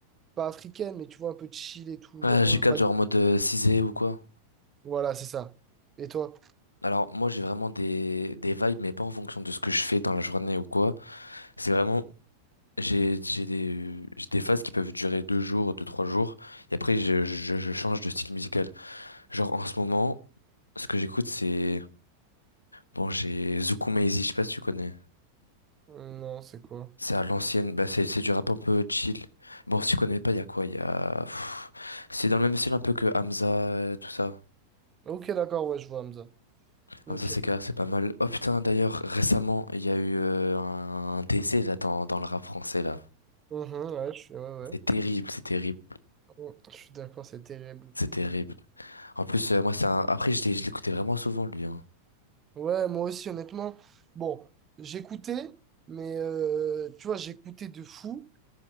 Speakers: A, on the right; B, on the left.
A: pas africaine, mais tu vois, un peu chill et tout.
B: Ah
A: Genre,
B: je
A: euh,
B: capte
A: pas...
B: genre en mode euh, cisé ou quoi?
A: Voilà, c'est ça. Et toi?
B: Alors moi j'ai vraiment des des vibes mais pas en fonction de ce que je fais dans la journée ou quoi. C'est vraiment j'ai j'ai des j'ai des phases qui peuvent durer deux jours deux trois jours et après je je, je change de style musical. Genre en ce moment ce que j'écoute c'est bon j'ai Zouk Maizy, je sais pas si tu connais.
A: Euh, Non, c'est quoi?
B: C'est à l'ancienne, bah c'est c'est du rap un peu chill. Bon, si tu connais pas, il y a quoi? Il y a... pff, C'est dans le même style un peu que Hamza, euh, tout ça.
A: Ok, d'accord, ouais, je vois Hamza. Ok.
B: Hamza CK, c'est pas mal. Oh putain, d'ailleurs, récemment, il y a eu euh, un décès là dans, dans le rap français là.
A: Mhm, ouais, je suis, ouais, ouais.
B: C'est terrible, c'est terrible,
A: Ouais, Je suis d'accord, c'est terrible.
B: c'est terrible. En plus, euh, moi, c'est un... Après, je l'ai- je l'écoutais vraiment souvent lui. Hein.
A: Ouais, moi aussi, honnêtement. Bon, j'écoutais, mais euh, tu vois, j'écoutais de fou,